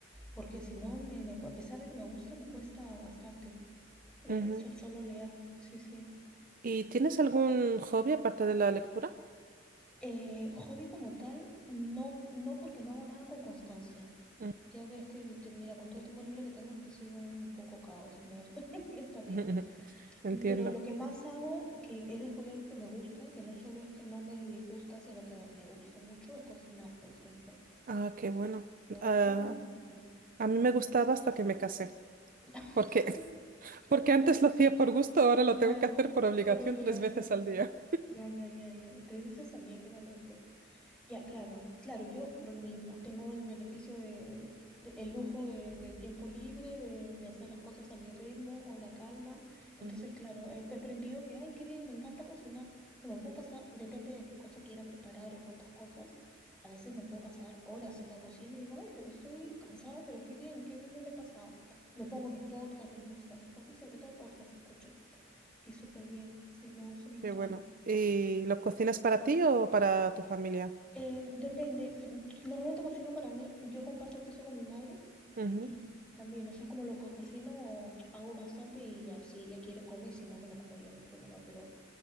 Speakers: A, in the centre; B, on the right (about 45°).
A: porque si no, me, me- a pesar de que me gusta, me cuesta bastante eh,
B: Ujú.
A: so- solo leer, sí, sí.
B: ¿Y tienes algún hobby aparte de la lectura?
A: Eh, hobby como tal, no, no porque no hago nada con constancia.
B: Ujú,
A: Ya ves que, te- mira, con todo el tiempo libre que tengo es que soy un, un poco caos, nerd, <laughs> me estás viendo.
B: <laughs> ujú. ujú. Entiendo.
A: Pero lo que más hago, que he descubierto que me gusta, que no solo es que no me disgusta, sino que me gusta mucho, es cocinar, por ejemplo.
B: Ah, qué bueno.
A: Me gusta
B: Ah,
A: un montón.
B: a mí me
A: Mm.
B: gustaba hasta que me casé.
A: <laughs>
B: Porque,
A: Claro,
B: porque antes lo hacía por gusto, ahora lo
A: claro,
B: tengo que hacer por obligación
A: por obligación.
B: tres veces al día.
A: Ya, ya, ya, ya. Y tres veces salía, qué valiente. Ya, claro, claro, yo lo mismo. Tengo el beneficio de, de- el lujo de- del tiempo libre, de, de hacer las cosas a mi ritmo, con la calma. Entonces,
B: Ujú,
A: claro, he he aprendido que, ay, qué bien, me encanta cocinar. Se me puedo pasar, depende de qué cosa quiera preparar o cuántas cosas. A veces me puedo pasar horas en la cocina y digo, ay, pero estoy cansada, pero qué bien, qué bien me lo he pasado. Me pongo mis podcasts, mis músicas, mis cosas, sobre todo podcasts escucho. Y súper bien, sí, me gusta un
B: Qué
A: montón.
B: bueno. ¿Y lo cocinas para ti o para tu familia?
A: Eh, depende. Normalmente cocino para mí. Yo comparto piso con mi madre
B: Ujú,
A: y, y también, o sea, es como lo que cocino, hago bastante y así ella quiere comer y si no me lo como yo, no hay problema. Pero